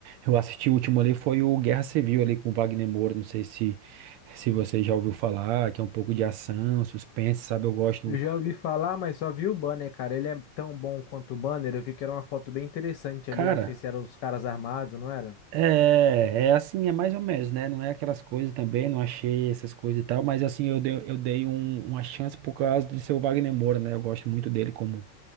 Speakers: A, on the right; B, on the left.
A: eu assisti o último ali foi o Guerra Civil ali com o Wagner Moura, não sei se se você já ouviu falar, que é um pouco de ação, suspense, sabe? Eu gosto.
B: Eu já ouvi falar, mas só vi o banner, cara. Ele é tão bom quanto o banner. Eu vi que era uma foto bem interessante
A: Cara,
B: ali. Eu não sei se eram os caras armados, não era?
A: É, é assim, é mais ou menos, né? Não é aquelas coisas também, não achei essas coisas e tal, mas assim, eu dei, eu dei um- uma chance por causa de seu Wagner Moura, né? Eu gosto muito dele como,